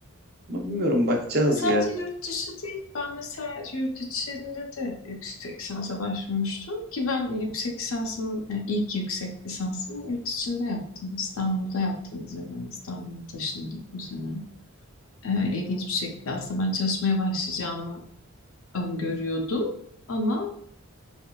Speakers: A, on the right; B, on the left.
A: Ama bilmiyorum bakacağız
B: Ya Sadece
A: ya.
B: yurt dışı değil. Ben mesela yurt içinde de yüksek lisansa başvurmuştum ki ben yüksek lisansımı, yani ilk yüksek lisansımı yurt içinde yaptım. İstanbul'da yaptım. İzmir'den İstanbul'a taşındım bu sene. Ee, ilginç bir şekilde aslında ben çalışmaya başlayacağımı öngörüyordum ama